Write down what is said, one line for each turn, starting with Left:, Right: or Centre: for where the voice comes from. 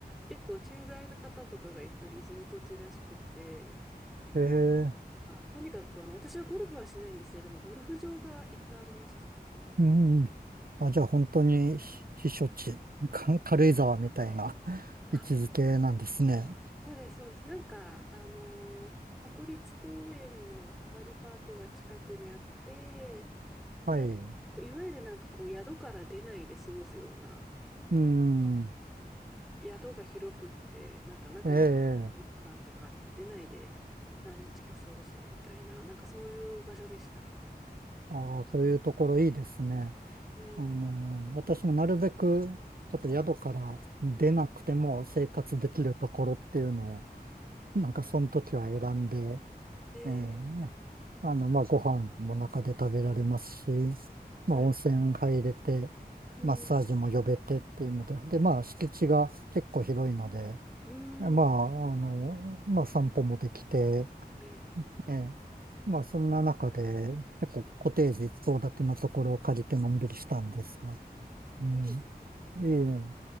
Centre: 結構駐在の方とかが行くリゾート地らしくて、
Right: ええ。
Centre: あ、とにかく、あの、私はゴルフはしないんですよ。でも、ゴルフ場がいっぱいありました。
Right: うん。あ、じゃあ本当に避避暑地、か <laughs> 軽井沢みたいな <laughs>
Centre: あ、
Right: 位置づけなんですね。
Centre: そうです、そうです。なんか、あのー国立公園のサファリパークが近くにあって、で、
Right: はい。
Centre: いわゆるなんかこう、宿から出ないで過ごすような、
Right: うん。
Centre: 宿が広くって、なんか中にレストランとかって出ないで何日か過ごすみたいな、
Right: ええ。
Centre: なんかそういう場所でした。
Right: ああ、そういうところいいですね。
Centre: うん。
Right: あの、私もなるべくちょっと宿から出なくても生活できるところっていうのを、なんかその時は選んでええあの、
Centre: ええ
Right: まあ、ご飯も中で食べられますし、
Centre: はい。
Right: まあ、温泉入れて、
Centre: うん。
Right: マッサージも呼べてっていうので、で、まあ、敷地が結構広いので、
Centre: うん。
Right: まあ、あの、まあ、散歩もできて、
Centre: はい。
Right: ええまあ、そんな中で、結構コテージ一棟建てのところを借りてのんびりしたんですが、うん、
Centre: いいですね。
Right: いえ